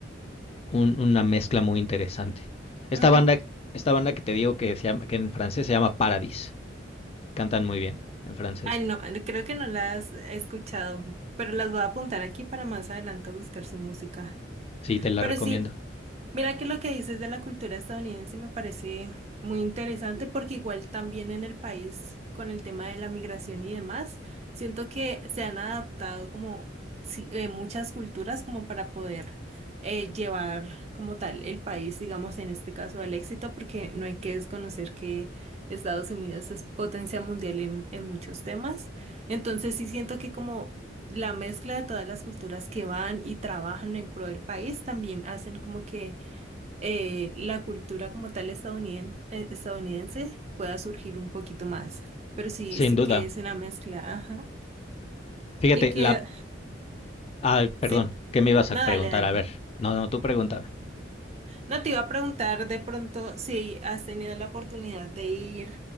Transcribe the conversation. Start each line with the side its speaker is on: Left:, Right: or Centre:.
Left: un- una mezcla muy interesante. Esta
Right: Ujú.
Left: banda, esta banda que te digo que, se llama, que en francés se llama Paradis. Cantan muy bien en francés.
Right: Ay, no, creo que no las he escuchado, pero las voy a apuntar aquí para más adelante buscar su música.
Left: Sí, te la
Right: Pero
Left: recomiendo.
Right: sí, Mira que lo que dices de la cultura estadounidense me parece muy interesante porque igual también en el país con el tema de la migración y demás, siento que se han adaptado como sí, eh, muchas culturas como para poder eh, llevar como tal el país, digamos en este caso al éxito, porque no hay que desconocer que Estados Unidos es potencia mundial en, en muchos temas. Entonces sí siento que como la mezcla de todas las culturas que van y trabajan en pro del país también hacen como que eh, la cultura como tal estadouniden- eh, estadounidense pueda surgir un poquito más. Pero sí,
Left: Sin
Right: sí
Left: duda.
Right: que es una mezcla, ajá.
Left: Fíjate,
Right: Y que,
Left: la... Ah, perdón,
Right: sí,
Left: ¿qué me ibas
Right: no,
Left: a preguntar?
Right: dale, dale.
Left: A ver. No, no, tú pregúntame.
Right: No te iba a preguntar de pronto si has tenido la oportunidad de ir